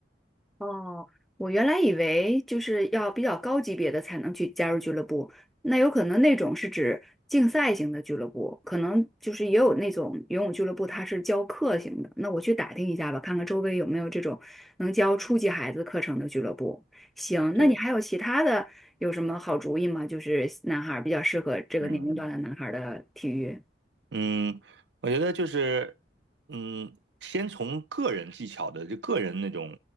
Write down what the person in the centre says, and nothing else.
哦，我原来以为就是要比较高级别的才能去加入俱乐部，那有可能那种是指竞赛型的俱乐部，可能就是也有那种游泳俱乐部，它是教课型的。那我去打听一下吧，看看周围有没有这种能教初级孩子课程的俱乐部。行，
那你还有其他的有什么好主意吗？就是男孩儿比较适合这个年龄段的男孩儿的体育。